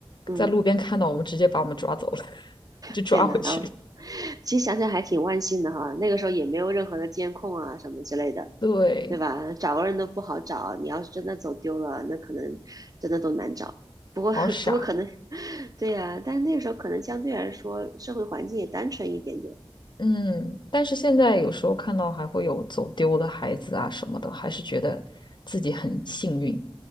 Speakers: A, on the right; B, on the left.
A: 嗯，
B: 在路边看到我们，直接把我们抓走了，<laughs> 就抓回去了。
A: 天呐，哦，其实想想还挺万幸的哈，那个时候也没有任何的监控啊什么之类的，
B: 对，
A: 对吧？找个人都不好找，你要是真的走丢了，那可能真的都难找。不过
B: 好傻。
A: <laughs> 不过可能，<laughs> 对呀、但是那个时候可能相对来说社会环境也单纯一点点。
B: 嗯，但是现在有时候看到还会有走丢的孩子啊什么的，还是觉得自己很幸运。